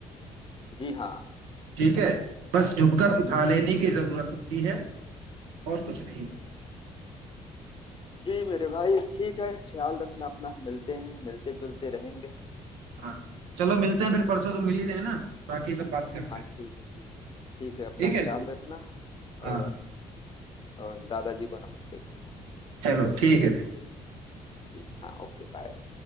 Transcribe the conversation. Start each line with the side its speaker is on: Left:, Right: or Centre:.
Left: जी हाँ
Right: ठीक है बस झुककर उठा
Left: हम्म,
Right: लेने की जरूरत होती है और कुछ नहीं
Left: जी मेरे भाई ठीक है ख्याल रखना अपना मिलते हैं मिलते जुलते रहेंगे
Right: हाँ चलो मिलते हैं फिर परसों तो मिल ही रहे हैं ना बाकी तब बात करते
Left: हाँ
Right: हैं
Left: ठीक है ठीक है ठीक है अपना
Right: ठीक है
Left: ख्याल रखना
Right: हाँ
Left: और, और दादाजी को नमस्ते कहना
Right: चलो ठीक है
Left: जी हाँ ओके बाय